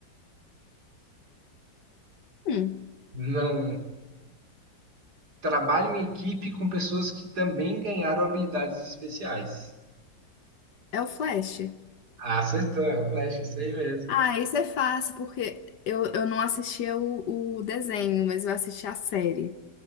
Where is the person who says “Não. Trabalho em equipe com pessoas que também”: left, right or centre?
Right